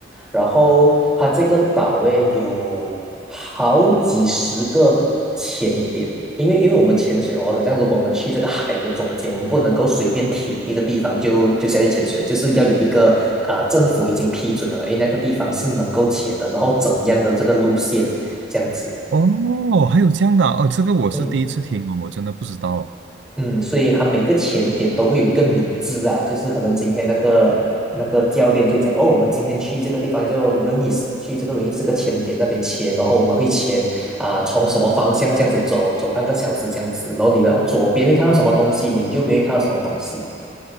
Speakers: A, in the centre; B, on the right.
A: 然后它这个岛诶有好几十个潜点，因为因为我们潜水哦，好像如果我们去这个海的中间，我们不能够随便停一个地方就就下去潜水，就是要有一个啊、呃政府已经批准了，诶，那个地方是能够潜的，然后怎样的这个路线这样子。
B: 哦，还有这样的啊哦，这个我是第一次听哦，
A: 对
B: 我真的不知道
A: 嗯，所以他每个前点都会有一个名字啊，就是可能今天那个那个教练就讲，哦，我们今天去这个地方就 is 去这个 is 这个前点那边签，然后我们会签啊、从什么方向这样子走，走半个小时这样子，然后你的左边会看到什么东西，你的右边会看到什么东西。